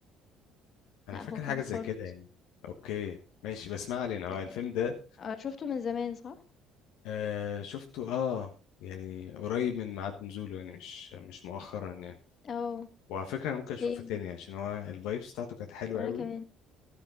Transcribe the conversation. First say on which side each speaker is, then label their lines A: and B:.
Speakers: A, on the left (about 65°); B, on the left (about 45°).
A: انا
B: لأ
A: فاكر
B: هو كان
A: حاجه
B: فرد
A: زي كده يعني اوكي ماشي بس ما علينا
B: ت
A: هو الفيلم ده
B: آه شُفته من زمان صح؟
A: آه شفته اه يعني قريب من ميعاد نزوله يعني مش مش مؤخرا يعني
B: آه
A: وعلى فكره انا ممكن اشوفه
B: same
A: تاني عشان هو الفايبس بتاعته كانت حلوه
B: وأنا
A: قوي
B: كمان.